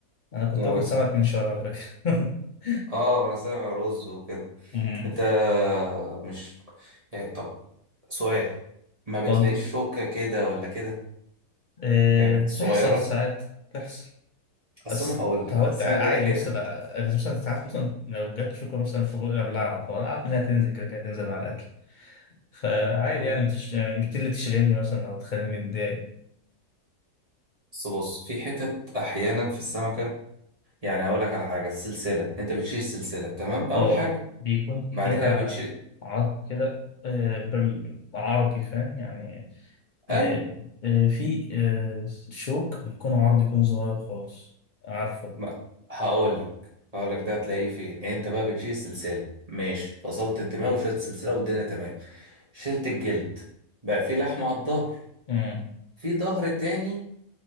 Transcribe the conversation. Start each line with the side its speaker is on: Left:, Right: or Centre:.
Left: أنا كنت
Right: وما
Left: باكل
Right: بت...
Left: سمك من شوية على فكرة <laughs>
Right: اه انا سامع رز وكده
Left: أمم،
Right: انت مش يعني طب سؤال ما بتلاقيش
Left: اتفضل
Right: شوكة كده ولا كده
Left: آه،
Right: يعني
Left: بتحصل
Right: صغيرة
Left: ساعات بتحصل
Right: اصل
Left: بس
Right: انا هقول لك
Left: تعودت
Right: السمك
Left: ع-
Right: ده
Left: عادي
Right: ليه حتت
Left: بص لا أنا مثلا ساعات مثلا لو جت شوكة مثلا في بوقي أبلعها فأنا عارف إنها تنزل كده كده تنزل مع الأكل فعادي
Right: مم.
Left: يعني مش مش دي اللي تشغلني مثلا أو تخليني متضايق
Right: بس بص في حتت احيانا في السمكة يعني هقول لك على حاجة السلسلة انت بتشيل السلسلة تمام اول
Left: اه
Right: حاجة
Left: بيكون
Right: بعد
Left: فيها
Right: كده بتشيل
Left: عرض كده آه، بالعرضي فاهم يعني
Right: ايوه
Left: آه، آه، في آه، شوك بيكون عرض يكون صغير خالص عارفه ده
Right: ما هقول لك هقول لك ده تلاقيه فين انت بقى بتشيل السلسلة ماشي فصلت الدماغ وشلت السلسلة والدنيا تمام شلت الجلد بقى في لحمة على الظهر
Left: امم
Right: في ظهر تاني